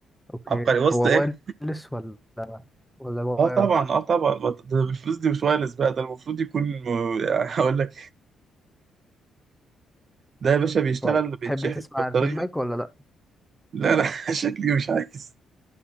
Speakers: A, in the centre; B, on the right (about 50°).
A: اوكي
B: عبقري وسط
A: هو
B: إيه؟
A: وايرلس ولا ولا وايرد
B: اه طبعا اه طبعا ما ده بالفلوس دي مش وايرلس بقى ده المفروض يكون <laughs> هقول لك ده يا باشا بيشتغل
A: طيب
B: بيتشحن
A: تحب تسمع
B: بطارية
A: الفيدباك ولا لا
B: لا لا <laughs> شكلي مش عايز